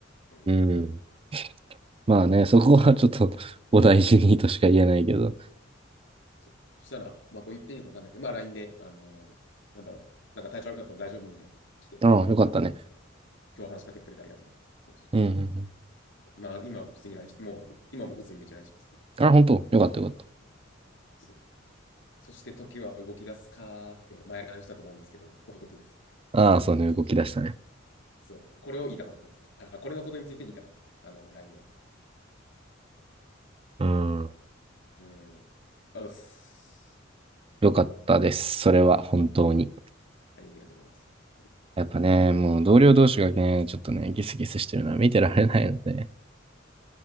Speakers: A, on the left; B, on the right.
A: うん。
B: うん。まあね、そこはちょっと <laughs> お大事にとしか言えないけど。
A: そう。そしたら、まあ、こう言っていいのかわかんないけど、まあ、LINE で、あのーなんだろう、なんか体調悪かったの大丈夫みたいな、来て、
B: ああ、よかったね。
A: 今日話しかけてくれてありがとうみたいな。そうそうそ
B: うんうん
A: う。まあ、今も普通に LINE して、もう、今も普通にめっちゃ LINE してます。
B: うん。あ、本当よかったよかった。
A: そう。そして、時は動き出すかーって、前 LINE したと思うんですけど、こういうことです。
B: ああ、そうね、動き出したね。
A: そう。これを言いたかったんです。あ、これのことについて言いたかったんです。あの、LINE を。
B: うん。
A: うん。ありがとうございます。
B: よかったです。それは本当に。
A: ありがとうございます。
B: やっぱね、もう同僚同士がね、ちょっとね、ギスギスしてるのは見てられないので。